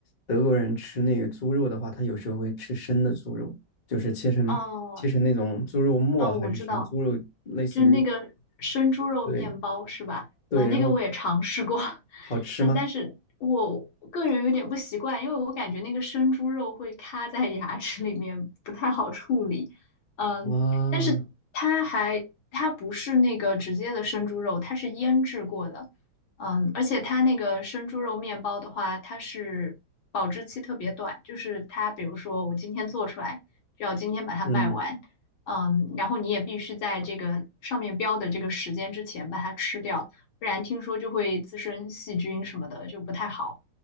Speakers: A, on the left (about 30°); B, on the left (about 80°).
A: 德国人吃那个猪肉的话，他有时候会吃生的猪肉，就是切成切成那种猪肉末还是什么猪肉，
B: 哦，哦，我知道，
A: 类似于，
B: 就那个生猪肉面包是吧？
A: 对对，
B: 啊、那个我也尝试过，
A: 然后
B: <laughs>
A: 好吃吗？
B: 嗯，但是我个人有点不习惯，因为我感觉那个生猪肉会卡在牙齿里面，不太好处理。嗯，
A: 啊，
B: 但是它还它不是那个直接的生猪肉，它是腌制过的。嗯，而且它那个生猪肉面包的话，它是保质期特别短，就是它比如说我今天做出来，就要今天把它卖完。
A: 嗯，
B: 嗯，然后你也必须在这个上面标的这个时间之前把它吃掉，不然听说就会滋生细菌什么的，就不太好。